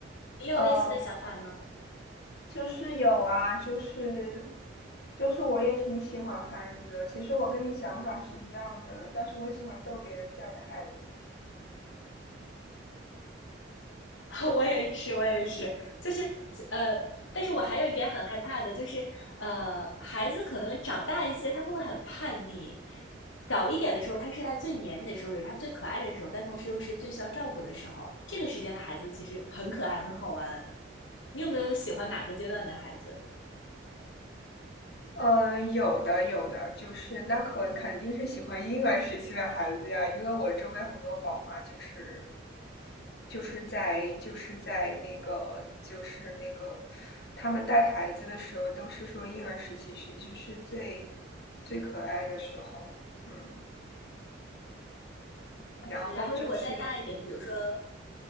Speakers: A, on the left; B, on the left.
A: 你有类似的想法吗？
B: 呃，就是有啊，就是就是我也挺喜欢孩子的。其实我跟你想法是一样的，但是我喜欢逗别人家的孩子。
A: <laughs> 我也是，我也是，就是呃，但是我还有一点很害怕的，就是呃，孩子可能长大一些，他会很叛逆。小一点的时候，他是他最黏你的时候，也是他最可爱的时候，但同时又是最需要照顾的时候。这个时间的孩子其实很可爱，很好玩。你有没有喜欢哪个阶段的孩子？
B: 嗯，有的有的，就是那可肯定是喜欢婴儿时期的孩子呀，因为我周围很多宝妈就是就是在就是在那个就是那个，他们带孩子的时候都是说婴儿时期其实是最最可爱的时候，嗯，然后就是
A: 呃，然后如果再大一点，比如说